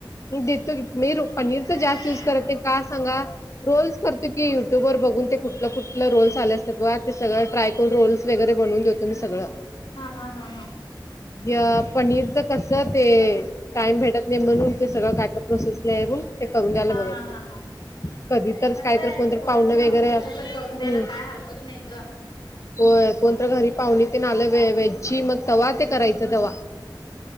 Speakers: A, on the left (about 35°); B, on the left (about 75°).
A: देतो की मी पनीर
B: हा
A: तर जास्त युज करते का सांगा रोल्स करतो की युट्यूबवर बघून ते कुठलं कुठलं रोल्स आल्यात ते सगळं ट्राय करून रोल्स वगैरे बनवून देतो मी सगळं
B: हा हा हा
A: या पनीरच कसं ते टाइम भेटत नाही म्हणून ते सगळं का प्रोसेस नाही म्हणून ते करून द्याला
B: हा
A: बघ
B: हा हा हा
A: कधी तर
B: कसं
A: कायतर
B: आहे
A: कोणतरी
B: पोरासनी
A: पाहुणं
B: आवडत
A: वगैरे
B: असलं
A: असेल तर...
B: करून द्यायला
A: हम्
B: काय हरकत नाही ग.
A: होय कोणतर घरी पाहुणी तेन आलं वेजची मग तवा ते करायचं तवा